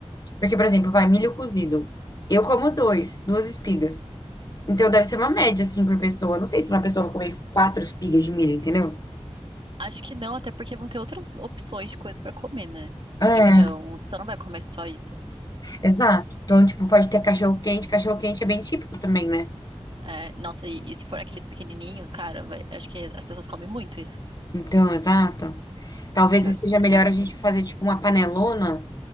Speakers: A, on the left; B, on the right.
A: Porque, por exemplo, vai milho cozido. Eu como dois, duas espigas. Então deve ser uma média, assim, por pessoa. Não sei se uma pessoa vai comer quatro espigas de milho, entendeu?
B: Acho que não, até porque vão ter outras opções de coisa pra comer, né?
A: É,
B: Então, você não vai comer só isso.
A: exato. Então, tipo, pode ter cachorro-quente. Cachorro-quente é bem típico também, né?
B: É, nossa, e, e se for aqueles pequenininhos, cara, vai- acho que as pessoas comem muito isso.
A: Então, exato. Talvez
B: Que
A: seja
B: eu acho que é o que
A: melhor
B: mais...
A: a gente fazer, tipo, uma panelona